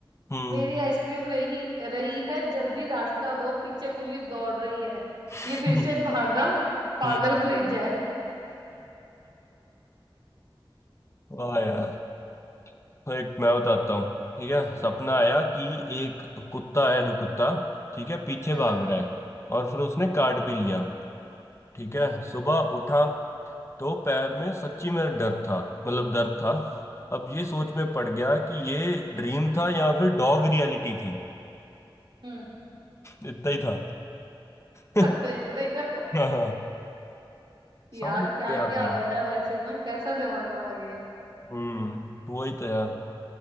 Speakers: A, on the left (about 30°); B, on the right (about 65°).
A: हम्म
B: मेरी आइसक्रीम रही रही है जल्दी रास्ता दो पीछे पुलिस दौड़ रही है
A: <laughs>
B: ये फिर से भागा पागल
A: हम्म
B: फ्रिज है
A: <laughs> वाह यार तो एक मैं बताता हूँ ठीक है सपना आया कि एक कुत्ता है जो कुत्ता ठीक है पीछे
B: हाँ
A: भाग रहा है और फिर उसने काट भी लिया ठीक है
B: हाँ,
A: सुबह उठा तो पैर में सच्ची में डर था मतलब दर्द था अब ये सोच में पड़ गया कि ये ड्रीम था या फिर डॉग रियलिटी थी
B: हम्म
A: इतना ही था <laughs>
B: अच्छा इतना ही था
A: हाँ
B: यार
A: समझ गए
B: क्या क्या
A: आप यार
B: हो रहा है वैसे ना कैसा जमाना आ गया है।
A: हम्म वही तो यार